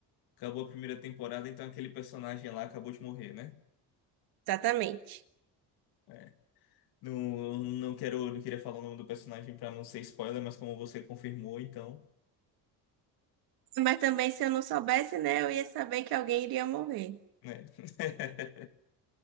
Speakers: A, on the left; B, on the right.
A: Acabou a primeira temporada, então aquele personagem lá acabou de morrer, né?
B: Exatamente.
A: É. Não, não quero, não queria falar o nome do personagem pra não ser spoiler, mas como você confirmou, então,
B: Mas também, se eu não soubesse, né, eu ia saber que alguém iria morrer.
A: né? <laughs>